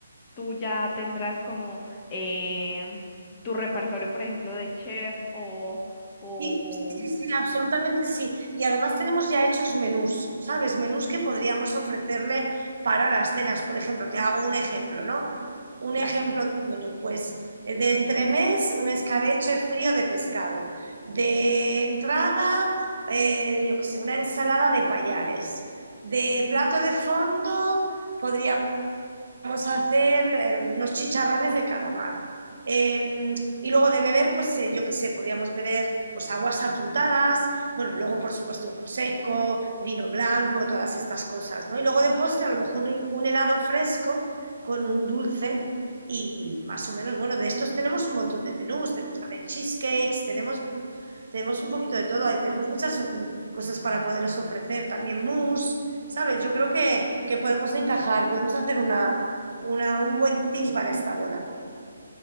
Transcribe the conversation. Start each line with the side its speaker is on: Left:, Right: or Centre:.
Left: tú ya tendrás como em, tu repertorio, por ejemplo, de chef o, o,
Right: Sí, sí, sí, absolutamente sí. Y además tenemos ya hechos menús, ¿sabes? Menús que podríamos ofrecerle para las cenas. Por ejemplo, te hago un ejemplo, ¿no? Un
Left: claro.
Right: ejemplo de menú, pues de entremés, un escabeche frío de pescado. De entrada, eh, yo qué sé, una ensalada de payares. De plato de fondo, podríamos vamos a hacer eh, unos chicharrones de calamar. Eh, y luego de beber, pues eh, yo qué sé, podíamos beber pues aguas afrutadas, bueno, luego por supuesto prosecco, vino blanco, todas estas cosas, ¿no? Y luego de postre a lo mejor un, un helado fresco con un dulce y más o menos, bueno, de estos tenemos un montón de menús, tenemos también cheesecakes, tenemos tenemos un poquito de todo, ahí tenemos muchas mm, cosas para poderos ofrecer, también mousse, ¿sabes? Yo creo que, que podemos encajar, podemos hacer una, una- un buen team para esta boda.